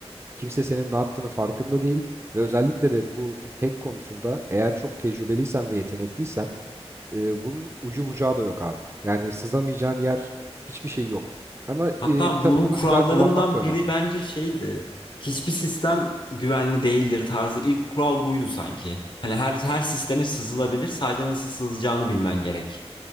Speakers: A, on the right; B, on the left.
A: Kimse senin ne yaptığını farkında değil ve özellikle de bu hack konusunda eğer çok tecrübeliysen ve yetenekliysen e, bunun ucu bucağı da yok abi. Yani sızamayacağın yer hiçbir şey yok. Ama e,
B: Hatta
A: tabii
B: bunun
A: bunu
B: kurallarından
A: güzel kullanmak da önemli.
B: biri bence şeydi. Hiçbir sistem güvenli değildir tarzı ilk kural buydu sanki. Hani her her sisteme sızılabilir. Sadece nasıl sızılacağını bilmen gerek.